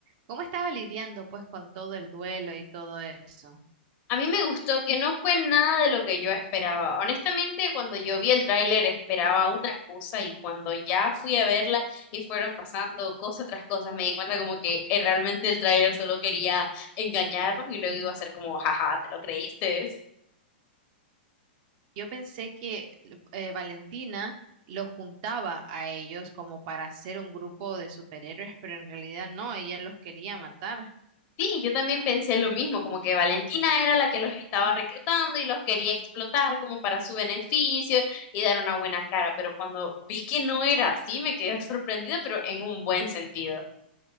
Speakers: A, on the right; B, on the left.
A: cómo estaba lidiando pues con todo el duelo y todo eso.
B: A mí me gustó que no fue nada de lo que yo esperaba. Honestamente, cuando yo vi el tráiler esperaba una cosa y cuando ya fui a verla y fueron pasando cosa tras cosa, me di cuenta como que eh, realmente el tráiler solo quería engañarnos y luego iba a ser como, jaja, ¿te lo creíste?
A: Yo pensé que eh, Valentina lo juntaba a ellos como para hacer un grupo de superhéroes, pero en realidad no, ella los quería matar.
B: Sí, yo también pensé lo mismo, como que Valentina era la que los estaba reclutando y los quería explotar como para su beneficio y dar una buena cara, pero cuando vi que no era así, me quedé sorprendida, pero en un buen sentido.